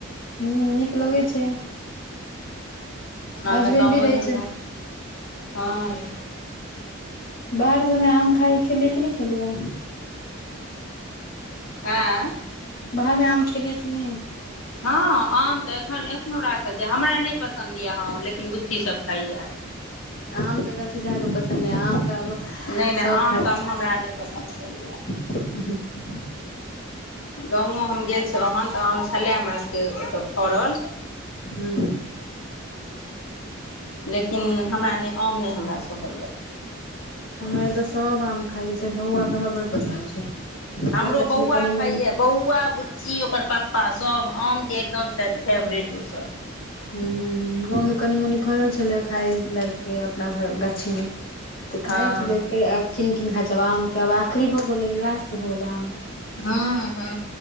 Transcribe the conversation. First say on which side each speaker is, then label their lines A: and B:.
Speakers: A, on the left (about 45°); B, on the left (about 80°).
A: हुं नीक लगै छै।
B: एनामे
A: हसबैंड
B: कामो
A: भी रहै
B: धंधा
A: छै
B: हँ।
A: बाहर सममे आम खाइ खेलियै कि नहि खेलिय।
B: ऐं।
A: बाहरमे आम खेलियै कि नहि।
B: हँ आम तऽ एखन एखनो राखल छै हमरा नहि पसन्द यए आम लेकिन बुच्चीसभ खाइया।
A: आम जेका चीज अहाँके पसन्द या आम तऽ
B: नहि नहि
A: सभ
B: आम ताम हमरा नहि पसन्द पड़ैया
A: ह
B: गाँवो हम गेल छलहुँ हन तऽ आम छलय हमरासभके ओतय फरल।
A: हुं।
B: लेकिन हमरा नहि आम नहि हमरा सोहैया।
A: हमरा ऐ जग सब आम खा जाइ जाय छै बौआ के हमरा बड़ पसन्द छै।
B: हमरो
A: अपना गाछ
B: बौआ
A: मे कनि
B: खाइया
A: मनी
B: बौआ बुच्ची ओकर पप्पा सब आमके एकदम छथि फेवरेट ओसभ।
A: हु हु। गाँवमे कनी मनी फड़ल छलै खाय लाय के अपना घर गाछी मे। तऽ खाायके
B: हँ
A: लेल तऽ आब किन कीन खाइ छै आब आमके आब आखिरी भऽ गेलै लास्ट भऽ गेलै आम
B: हु हु